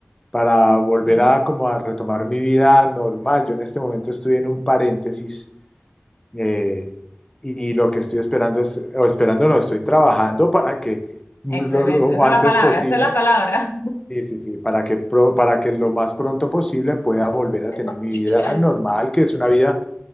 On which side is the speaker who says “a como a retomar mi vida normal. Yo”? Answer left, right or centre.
Left